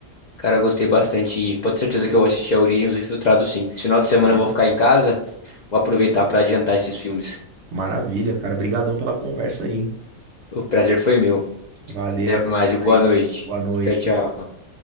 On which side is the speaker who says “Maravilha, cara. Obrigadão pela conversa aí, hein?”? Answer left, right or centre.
Right